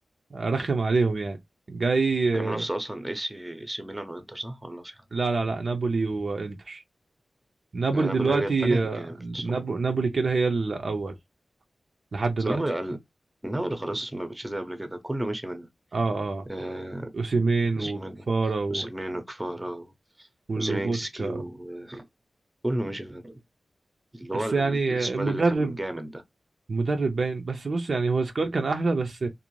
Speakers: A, on the right; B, on the right.
A: آه، رخم عليهم يعني جاي
B: هي
A: آه،
B: منافسة أصلا اي سي اي سي ميلان وإنتر صح ولا في حد؟
A: لا لا لا نابولي وانتر نابولي
B: يعني نابولي
A: دلوقتي
B: رجع تاني
A: آه،
B: جامد بس
A: نابو نابولي كده هي الاول لحد دلوقتي
B: نابولي أقل نابولي خلاص ما بقتش زي قبل كده كله مشي منها
A: اه اه
B: آه
A: اوسيمين
B: اسمه
A: وكفارا
B: ايه ده؟
A: و-
B: وسيرمين وكفارا
A: ولوبوتكا
B: وزيلينسكي وكله مشي فيها اللي هو
A: بس
B: ال-
A: يعني
B: السكواد
A: المدرب
B: اللي كان جامد ده
A: المدرب باين بس بص يعني هو سكواد كان احلى بس